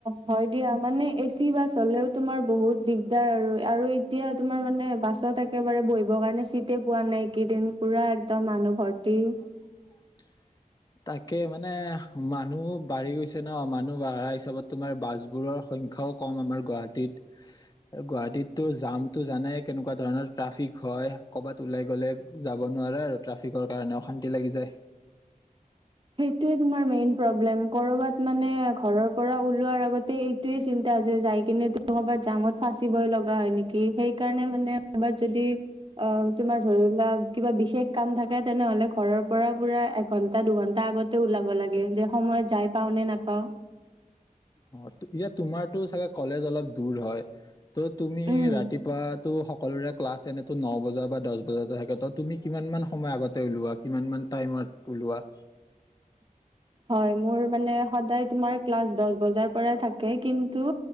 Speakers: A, on the right; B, on the left.
A: হয় দিয়া। মানে এচি বাছ হলেও তোমাৰ বহুত দিগদাৰ আৰু আৰু এতিয়া তোমাৰ মানে বাছত একেবাৰে বহিবৰ কাৰণে চিটে পোৱা নাই। এই কেইদিন পুৰা একদম মানুহ ভৰ্তি।
B: <inaudible> তাকে মানে মানুহ বাঢ়ি গৈছে ন? মানুহ বাঢ়া হিচাপত তোমাৰ বাছবোৰৰ সংখ সংখ্যাও কম আমাৰ গুৱাহাটীত। আৰু গুৱাহাটীতটো জামটো জানাই কেনেকুৱা ধৰণৰ। ট্ৰাফিক হয় কৰবাত ওলাই গ'লে যাব নোৱাৰা আৰু ট্ৰাফিকৰ কাৰণে অশান্তি লাগি যায়।
A: সেইটোৱেই তোমাৰ মেইন প্ৰব্লেম। কৰোবাত মানে ঘৰৰ পৰা ওলোৱাৰ আগতে এইটোৱে চিন্তা যে যাই কিনে তোমাৰ ক'ৰবাত জামত ফাঁচিবই লগা হয় নেকি? সেই কাৰণে মানে কৰবাত যদি অ তোমাৰ ধৰি লোৱা কিবা বিশেষ কাম থাকে তেনেহলে ঘৰৰ পৰা পুৰা এঘণ্টা দুঘন তা আগতে ওলাব লাগে যে সময়ত যাই পাও নে নাপাওঁ।
B: অ এতিয়া তোমাৰতো চাগে কলেজ অলপ দূৰ হয়। ত' তুমি
A: উম
B: ৰাতিপুৱা ত সকলোৰে ক্লাছ এনেতো ন বজাৰ বা দহ বজাতে থাকে। ত তুমি কিমান মান সময় আগতে ওলোৱা, কিমান মান টাইমত ওলোৱা?
A: হয়। মোৰ মান সদায় তোমাৰ দছ বজাৰ পৰাই থাকে কিন্তু